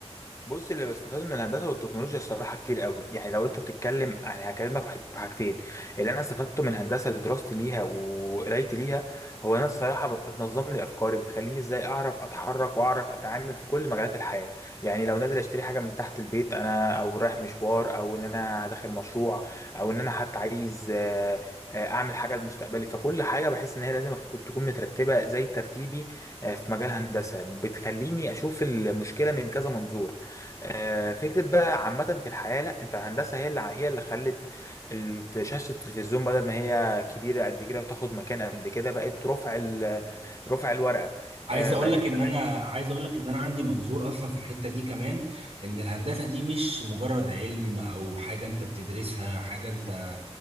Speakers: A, on the left (about 30°); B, on the right (about 60°).
A: بص اللي بستفاده من الهندسه والتكنولوجيا الصراحه كتير قوي يعني لو انت بتتكلم يعني هكلمك في حاجتين اللي انا استفدته من هندسه لدراستي ليها وقرايتي ليها هو انا الصراحه بت- بتنظم لي افكاري بتخليني ازاي اعرف اتحرك واعرف اتعامل في كل مجالات الحياه يعني لو نازل اشتري حاجه من تحت البيت انا او رايح مشوار او ان انا داخل مشروع او ان انا حتى عايز آه، آه، اعمل حاجه لمستقبلي فكل حاجه بحس ان هي لازم أكون- تكون مترتبه زي ترتيبي آه، في مجال هندسه بتخليني اشوف المشكله من كذا منظور آه، فكرة بقى عامة في الحياة لا انت الهندسة هي اللي هي اللي خلت ال- شاشة التلفزيون بدل ما هي كبيرة قد كده وتاخد مكان قد كده بقت رفع ال- رفع الورقة
B: عايز
A: آه،
B: اقول
A: بقت
B: لك
A: التلاجة
B: ان انا عايز اقول لك ان انا عندي منظور اصلا في الحته دي كمان ان الهندسه دي مش مجرد علم او حاجه انت بتدرسها حاجه انت